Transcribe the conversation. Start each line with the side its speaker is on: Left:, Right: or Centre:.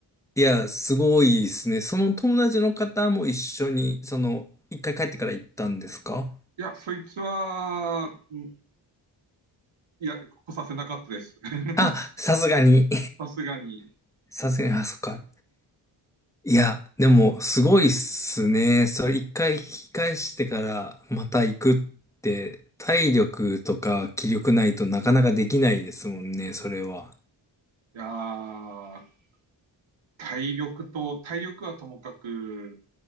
Centre: いや、すごいですね。その友達の方も一緒に、その、一回帰ってから行ったんですか
Right: いや、そいつは、いや、来させなかったです。<laughs>
Centre: あ、さすがに。
Right: さすがに。い
Centre: <laughs> さすがに、あ、そっか。いや、でも、すごいっすね。それ一回引き返してから、また行くって、体力とか気力ないとなかなかできないですもんね、それは。
Right: やー、体力と、体力はともかく、